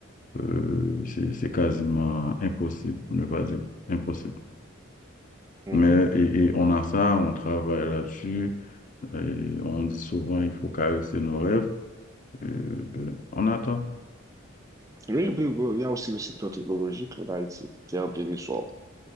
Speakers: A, on the left (about 40°); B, on the right (about 15°).
A: Euh, c'est c'est quasiment impossible, pour ne pas dire impossible.
B: mhm.
A: Mais, et, et on a ça, on travaille là-dessus. et On dit souvent, il faut caresser nos rêves. Et, ben, on attend.
B: Oui, oui, oui, il y a aussi le secteur technologique en Haïti qui est en plein essor.